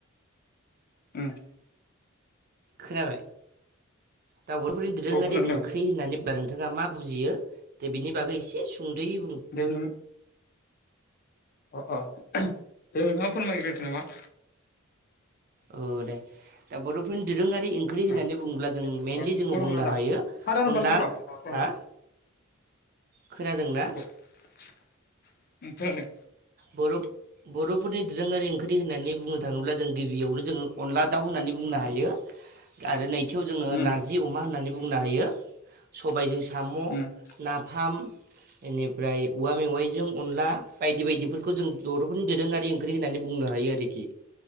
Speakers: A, on the left (about 45°); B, on the right (about 45°).
A: उम
B: खोनाबाय दावउब'फोरनि दोरोङारि
A: औ खोनादों
B: ओंख्रि होननानै <unintelligible> नोंथाङा मा बुजियो दे बिनि बागै एसे सुंदयै बुं।
A: दे नों अ अ दे नोंथाङा फोरमायग्रोदो नामा?
B: औ दे दा बर'फोरनि दोरोङा रि ओंख्रि होननानै
A: अ
B: बुङोब्ला जों मेनलि
A: अ
B: जोङो
A: अर
B: बुंनो
A: हांना दा
B: हायो
A: हादान
B: अनला
A: बारलां र' अ औ
B: हा खोनादों ना?
A: ओं खोनादों
B: बर' बर'फोरनि दोरोङारि ओंख्रि होननानै बुंनो थाङोब्ला जों गिबियावनो जोङो अनला दाउ होननानै बुंनो हायो
A: <inaudible>
B: आरो नैथियाव जोङो
A: उम
B: नारजि अमा होननानै बुंनो हायो सबायजों साम'
A: उम
B: नाफाम बेनिफ्राय औवा मेवाइजों अनला बायदि बायदिफोर बेखौ जों बर'फोरनि दोरोङारि ओंख्रि होननानै बुंनो हायो आरोखि।